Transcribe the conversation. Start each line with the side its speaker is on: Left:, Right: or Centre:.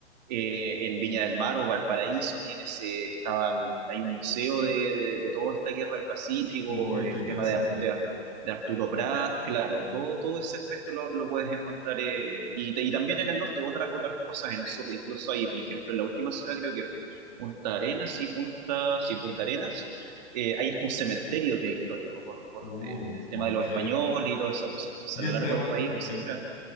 Right: eh, en Viña del Mar o Valparaíso tienes, eh, estaba, el- está ahí un museo de, de- de toda esta guerra del Pacífico,
Left: Uy,
Right: el
Left: qué interesante.
Right: tema de, Ar- de Ar- de Arturo Prat, claro, todo, todo ese aspecto lo, lo puedes encontrar eh, y, te- y también en el norte otra- otras cosas en el sur, incluso ahí, por ejemplo, en la última ciudad creo que Punta Arenas y Punta, sí, Punta Arenas, eh, hay hasta un cementerio que es histórico por, por,
Left: Uh,
Right: eh, el tema
Left: ok.
Right: de los españoles y toda esa cosa. Entonces,
Left: Y
Right: a
Left: el
Right: lo largo
Left: tema,
Right: del país
Left: ok.
Right: siempre vas